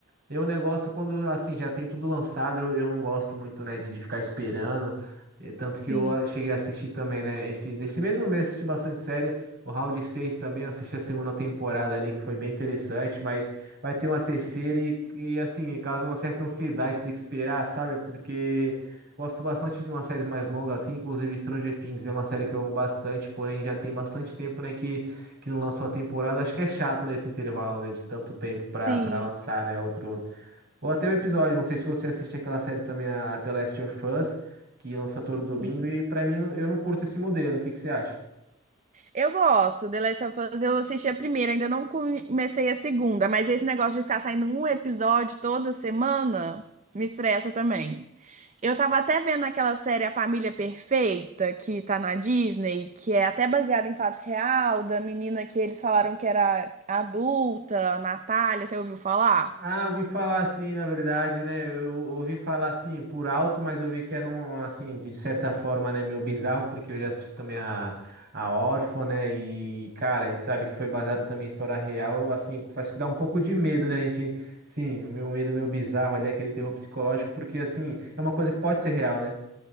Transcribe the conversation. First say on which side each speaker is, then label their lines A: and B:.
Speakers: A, on the right (about 55°); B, on the right (about 35°).
A: Eu negócio quando assim já tem tudo lançado, eu, eu não gosto muito, né, de, de ficar esperando. Eh, Tanto que
B: sim,
A: eu ah, cheguei a assistir também, né? Esse, nesse mesmo mês assisti bastante série. O Round 6 também, eu assisti a segunda temporada ali, que foi bem interessante, mas vai ter uma terceira e, e assim, causa uma certa ansiedade ter que esperar, sabe? Porque gosto bastante de umas séries mais longas, assim, inclusive Stranger Things é uma série que eu amo bastante, porém já tem bastante tempo, né, que, que não lança uma temporada. Acho que é chato nesse intervalo, né, de tanto tempo para
B: sim.
A: lançar, né, outro. Ou até o episódio, não sei se você assiste aquela série também, a, a The Last of Us, que lança todo domingo,
B: Uhum.
A: e pra mim não- eu não curto esse modelo. O que que você acha?
B: Eu gosto. The Last of Us, eu assisti a primeira, ainda não comecei a segunda, mas esse negócio de ficar saindo um episódio toda semana me estressa também. Eu tava até vendo aquela série A Família Perfeita, que tá na Disney, que é até baseada em fato real, da menina que eles falaram que era adulta, a Natália, você ouviu falar?
A: Ah, ouvi falar assim, na verdade, né? Eu ouvi falar assim por alto, mas ouvi que era um, assim, de certa forma, né, meio bizarro, porque eu já assisti também a, a Órfã, né? E, cara, a gente sabe que foi baseado também em história real, assim, faz que dá um pouco de medo, né? A gente, sim, o meu medo, meu bizarro ali, aquele terror psicológico, porque, assim, é uma coisa que pode ser real, né?